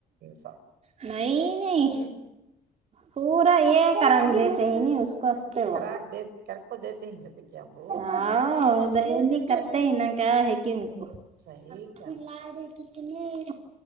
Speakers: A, on the right (about 75°); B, on the right (about 40°).
A: س
B: نہیں نہیں
A: ہ
B: پورا یہ کرم دیتے ہی ن اس کو ہستے وہ
A: کراک دے کر کو دیتے ہیں کہتے کہ ابو
B: ہ دہلی کرتے ہی نا کیا ہےم کو
A: صحیح کیا
B: <inaudible>